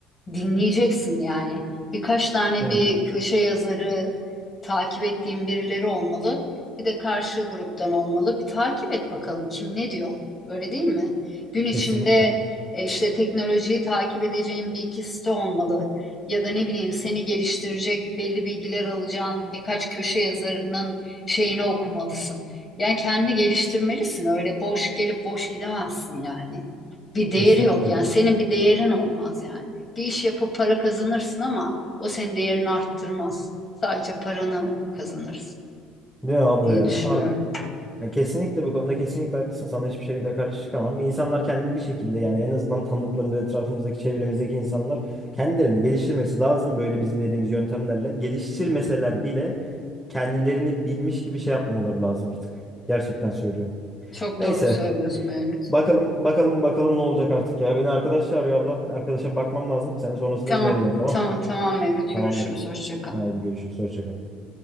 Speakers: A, on the left; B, in the centre.
A: dinleyeceksin yani. Birkaç tane
B: Hı,
A: bir köşe yazarı takip ettiğim birileri olmalı. Bir de karşı gruptan olmalı. Bir takip et bakalım kim ne diyor. Öyle değil mi? Gün içinde
B: kesinlikle.
A: e, işte teknolojiyi takip edeceğin bir iki site olmalı. Ya da ne bileyim seni geliştirecek belli bilgiler alacağın birkaç köşe yazarının şeyini okumalısın. Yani kendini geliştirmelisin. Öyle boş gelip boş gidemezsin yani. Bir değeri
B: Kesinlikle
A: yok
B: ya.
A: yani senin bir değerin olmaz yani bir iş yapıp para kazanırsın ama o senin değerini arttırmaz. Sadece paranı kazanırsın
B: Değil mi abla
A: diye
B: ya?
A: düşünüyorum.
B: Harbi. Ya kesinlikle bu konuda kesinlikle haklısın. Sana hiçbir şekilde karşı çıkamam. İnsanlar kendini bir şekilde yani en azından tanıdıklarımız, etrafımızdaki, çevremizdeki insanlar kendilerini geliştirmesi lazım. Böyle bizim dediğimiz yöntemlerle. Geliştirmeseler bile kendilerini bilmiş gibi şey yapmamaları lazım artık. Gerçekten söylüyorum.
A: Çok
B: Neyse.
A: doğru söylüyorsun Mevlüt.
B: Bakalım bakalım bakalım ne olacak artık ya. Beni arkadaş çağırıyor abla. Arkadaşa bakmam lazım. Seni sonrasında
A: Tamam,
B: yine arayacağım tamam.
A: tamam, tamam Mevlüt.
B: Tamamdır.
A: Görüşürüz. Hoşça kal.
B: Haydi görüşürüz. Hoşça kal.